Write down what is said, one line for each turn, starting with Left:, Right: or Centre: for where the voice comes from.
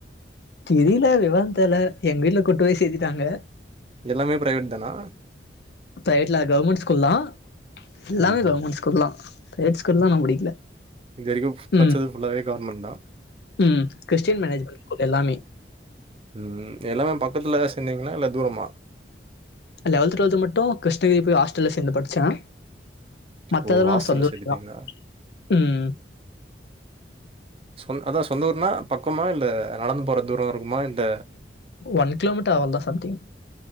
Left: தெரல விவரந் தெரில எங்க வீட்ல கூட்டு போய் சேத்திட்டாங்க
Right: இதெல்லாமே ப்ரைவேட்தானா
Left: ப்ரைவேட் இல்ல கவர்மெண்ட் ஸ்கூல்தான் எல்லாமே
Right: ஓஹோ
Left: கவர்மெண்ட் ஸ்கூல்தா பிரைவேட் ஸ்கூல்ல நா படிக்கல
Right: இதிவரைக்கு
Left: ம்.
Right: பச்சிது ஃபுல்லாவே கவர்மெண்ட்தா
Left: ம் கிறிஸ்டியன் மேனேஜ்மென்ட் ஸ்கூல் எல்லாமே
Right: ம் எல்லாமே பக்கத்துல எதா சென்னீங்னா இல்ல தூரமா
Left: லெவல்த்து டுவல்த்து மட்டு கிருஷ்ணகிரி ஹாஸ்டல்ல சேந்து படிச்சன் மத்ததெல்லா
Right: ஓ ஹாஸ்டல்ல
Left: செந்தா ஊர்
Right: சேத்துட்டீங்களா
Left: இதா ம்
Right: ஓ அதா சொந்த ஊர்ன்னா பக்கமா இல்ல நடந்து போற தூரோ இருக்குமா இல்ல
Left: ஒன் கிலோமீட்டர் ஆவ்ளதா சம்திங்